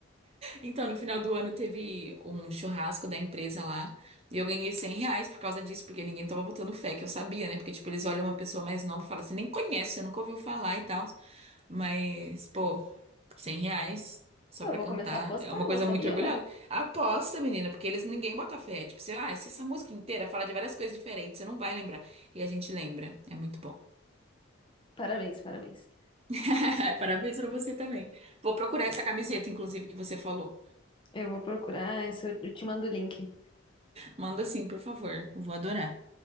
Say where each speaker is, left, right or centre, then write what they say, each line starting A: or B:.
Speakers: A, on the right; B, on the left.
A: Então, no final do ano teve um churrasco da empresa lá e eu ganhei 100 reais por causa disso, porque ninguém tava botando fé, que eu sabia, né? Porque, tipo, eles olham uma pessoa mais nova e falam assim, nem conhece, você nunca ouviu falar e tal. Mas, pô, 100 reais só pra
B: Eu vou
A: cantar
B: começar a postar,
A: é uma coisa
B: não sabia?
A: muito orgulhosa. Aposta, menina, porque eles ninguém bota fé. Tipo, você, ah, se essa música inteira fala de várias coisas diferentes, você não vai lembrar. E a gente lembra. É muito bom.
B: Parabéns, parabéns.
A: <laughs> Parabéns pra você também. Vou procurar essa camiseta, inclusive, que você falou.
B: Eu vou procurar, esse eu eu te mando o link.
A: Manda sim, por favor. Eu Vou adorar.